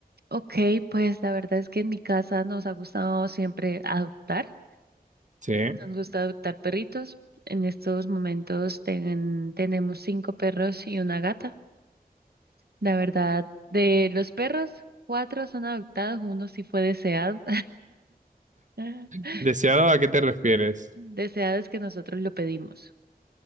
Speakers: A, on the right; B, on the right.
A: Ok, pues la verdad es que en mi casa nos ha gustado siempre adoptar.
B: Sí.
A: Nos gusta adoptar perritos. En estos momentos ten- tenemos cinco perros y una gata. La verdad, de los perros, cuatro son adoptados, uno sí fue deseado. <laughs>
B: ¿Deseado a qué te refieres?
A: Deseado es que nosotros lo pedimos.